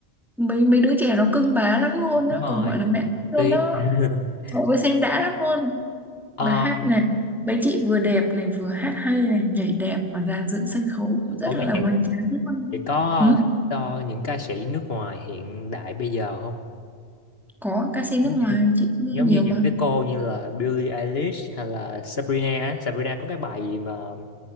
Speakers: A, in the centre; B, on the left.
A: mấy mấy đứa trẻ nó cưng bá lắm luôn
B: đúng
A: á
B: rồi
A: còn gọi là mẹ luôn
B: tuyệt
A: đó
B: <laughs>
A: Ôi xem đã lắm luôn Mà
B: um,
A: hát này Mấy chị vừa đẹp này vừa hát hay này Nhảy đẹp mà dàn dựng sân khấu cũng rất
B: ủa mà
A: là
B: chị
A: hoành tráng luôn
B: chị có
A: ừ?
B: thích ờ, những ca sĩ nước ngoài hiện đại bây giờ không
A: Có ca sĩ nước
B: giống
A: ngoài
B: như
A: chị cũng nghe
B: giống
A: nhiều
B: như
A: mà
B: những cái cô như là Billie Eilish hay là Sabrina á. Sabrina có cái bài gì mà